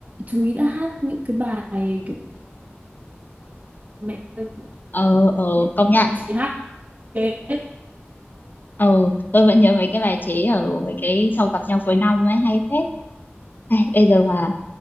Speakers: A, on the right (about 40°); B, on the left (about 45°).
A: chú ý đã hát những cái bài kiểu mẹ ơi,
B: ờ ờ
A: những
B: công nhận
A: bài chị hát thế
B: ờ tôi vẫn nhớ mấy cái bài chế ở mấy cái sau gặp nhau cuối năm ấy hay phết Ai, bây giờ mà